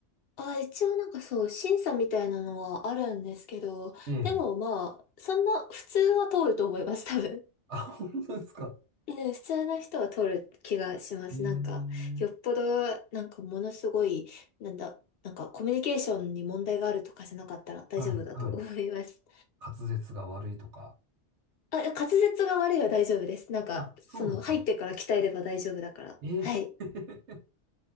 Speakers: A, on the left; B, on the right.
A: あ、一応なんかそう、審査みたいなのはあるんですけど、
B: ええ。
A: でもまあ、そんな、普通は通ると思います、多分。
B: あ、本当ですか。
A: <laughs> うん普通の人は通る気がします。
B: ええー、
A: なんか、よっぽど、なんかものすごい、なんだ、なんかコミュニケーションに問題があるとかじゃなかったら大丈夫だと思います。
B: はい、はい。滑舌が悪いとか。
A: あ、いや滑舌が悪いは大丈夫です。なんか、
B: あ、
A: その、
B: そうなんですか。
A: 入ってから鍛えれば大丈夫だから。
B: ええー
A: はい。